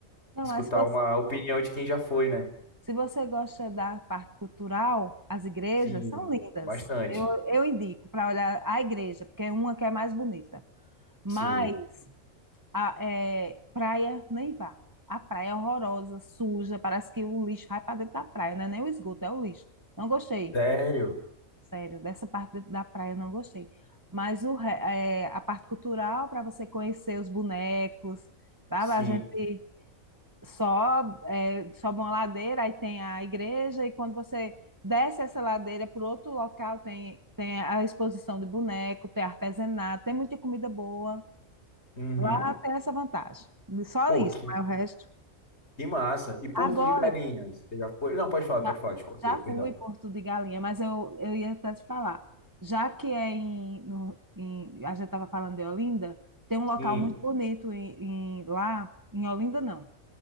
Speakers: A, on the right (about 15°); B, on the left (about 50°).
A: Não,
B: escutar
A: mas se você,
B: uma opinião de quem já foi, né?
A: se você gosta da parte cultural, as igrejas
B: Sim,
A: são lindas.
B: bastante.
A: Eu, eu indico para olhar a igreja, porque é uma que é mais bonita. Mas
B: Sim.
A: a é, praia, nem vá. A praia é horrorosa, suja, parece que o lixo vai para dentro da praia, não é nem o esgoto, é o lixo. Não gostei,
B: Sério?
A: sério, dessa parte da praia eu não gostei. Mas o, re- é, a parte cultural, para você conhecer os bonecos, sabe?
B: Sim.
A: A gente. só é, sobe uma ladeira, aí tem a igreja, e quando você desce essa ladeira para outro local, tem, tem a exposição de boneco, tem artesanato, tem muita comida boa.
B: Uhum.
A: Lá tem essa vantagem. Só
B: Pô,
A: isso,
B: que,
A: mas o resto.
B: que massa. E Porto
A: Agora,
B: de Galinhas, você já foi? Não, pode falar, pode
A: já,
B: falar, te cortei,
A: já
B: perdão.
A: fui em Porto de Galinha, mas eu, eu ia até te falar. Já que é em, no- em- a gente estava falando de Olinda, tem um local
B: Sim,
A: muito bonito em, em- lá, em Olinda não,